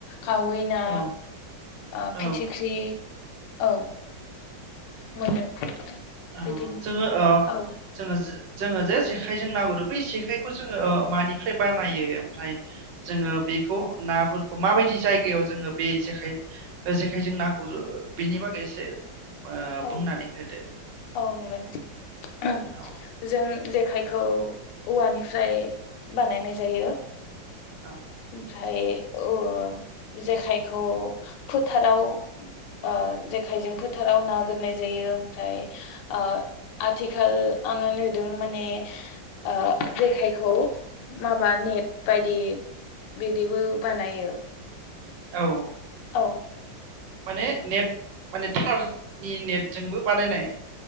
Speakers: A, on the left; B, on the right.
A: खावै ना
B: औ
A: ओ
B: औ
A: फिथिख्रि औ मोनो
B: औ
A: बिदिनो
B: जोङो ओ
A: औ
B: जोङो जोङो जे जेखायजों नागुरो बै जेखायखौ जोङो ओ मानिफ्राय बानायो ओमफ्राय जोङो बे- खौ नाफोरखौ माबायदि जायगायाव जोङो बे जेखाइ ओ जेखाइजों ना गुरो बेनि बागै एसे ओ
A: औ
B: बुंनानै होदो।
A: औ <unintelligible> एहम
B: औ
A: जों जेखायखौ औवानिफ्राय बानायनाय जायो।
B: औ।
A: ओमफ्राय ओ जेखायखौ फोथाराव ओ जेखायजों फोथाराव ना गुरनाय जायो ओमफ्राय ओ आथिखाल आङो नुदों माने ओ जेखायखौ माबा नेट बायदि बिदिबो बानायो।
B: औ
A: औ।
B: माने नेट माने थारनि नेटजोंबो बानायनाय